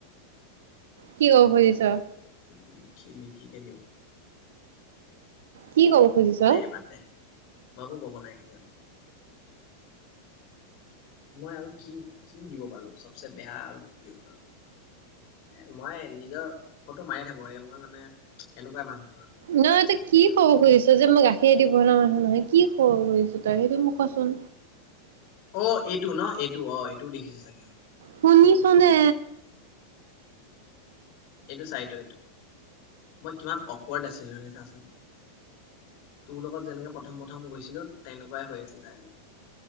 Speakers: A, on the right (about 60°); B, on the left (about 40°).
A: কি ক'ব খুজিছ
B: আহ লিখি লিখিকে দিওঁ
A: কি ক'ব খুজিছ
B: এ বাদ দে <unintelligible> নাই খোজা মই আৰু কি কি দিব পাৰো চবচে বেয়া আৰু কি দিব পাৰো এ মই নিজৰ ফটো মাৰি থাকো এই মই মানে এনেকুৱা মানুহ
A: নহয় তই কি ক'ব খুজিছ যে মই গাখী- খীৰে দি বনা মানুহ নহয় কি কব খুজিছ তই সেইটো মোক কোৱা চোন
B: অ এইটো ন এইটো অ এইটোও দেখিছে চাগে অ
A: শুনিছনে
B: এইটো চাই এইতো এইটো মই কিমান অকৱাৰড আছিলোনে চাচোন তোৰ লগত যেনেকে প্ৰথম প্ৰথম গৈছিলো তেনেকুৱাই হৈ আছিল তাই লগত